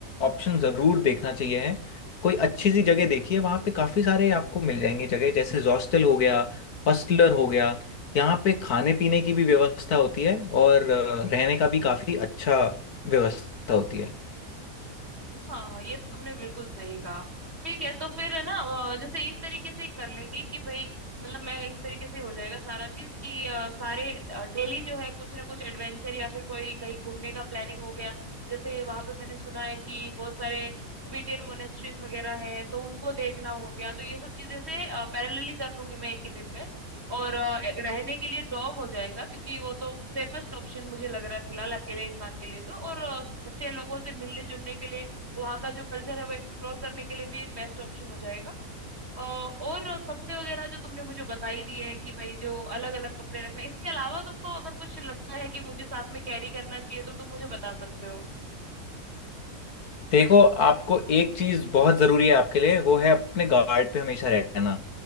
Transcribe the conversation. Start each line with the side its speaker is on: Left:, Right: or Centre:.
Left: ऑप्शन ज़रूर देखना चाहिए है कोई अच्छी सी जगह देखिए वहाँ पे काफ़ी सारे आपको मिल जाएंगे जगह जैसे हॉस्टल हो गया हॉस्टलर हो गया यहाँ पे खाने पीने की भी व्यवस्था होती है और अ, रहने का भी काफ़ी अच्छा व्यवस्था होती है
Right: हाँ ये तुमने बिल्कुल सही कहा ठीक है तो फिर है ना अ, जैसे इस तरीके से कर लेंगे कि भाई मतलब मैं इस तरीके से हो जाएगा सारा चीज कि अ, सारे डेली जो है कुछ ना कुछ एडवेंचर या फिर कोई कहीं घूमने का प्लानिंग हो गया जैसे वहां पे मैंने सुना है कि बहुत सारे तिबेटियन मोनेस्ट्रीज वगैरह हैं तो उनको देखना हो गया तो ये सब चीजें से पैरेलली कर लूंगी मैं एक ही दिन में और अ, एक रहने के लिए डॉर्म हो जाएगा क्योंकि वो तो सेफेस्ट ऑप्शन मुझे लग रहा है फिलहाल अकेले इंसान के लिए तो और अ, अच्छे लोगों से मिलने जुलने के लिए वहाँ का जो कल्चर है वो एक्सप्लोर करने के लिए भी एक बेस्ट ऑप्शन हो जाएगा अ, और कपड़े वगैरह जो तुमने मुझे बता ही दिए हैं कि भाई जो अलग अलग कपड़े रखने इसके अलावा तुमको अगर कुछ लगता है कि मुझे साथ में कैरी करना चाहिए तो तुम मुझे बता सकते हो
Left: देखो आपको एक चीज़ बहुत ज़रूरी है आपके लिए वो है अपने गार्ड पे हमेशा रहना